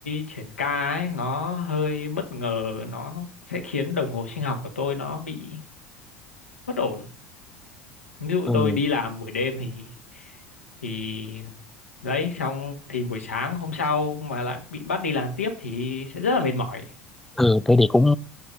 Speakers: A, on the left; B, in the centre.
A: chuyển ca ấy nó hơi bất ngờ nó sẽ khiến đồng hồ sinh học của tôi nó bị bất ổn ví dụ
B: ừ,
A: tôi đi làm buổi đêm thì thì đấy xong thì buổi sáng hôm sau mà lại bị bắt đi làm tiếp thì sẽ rất là mệt mỏi
B: ừ thế thì cũng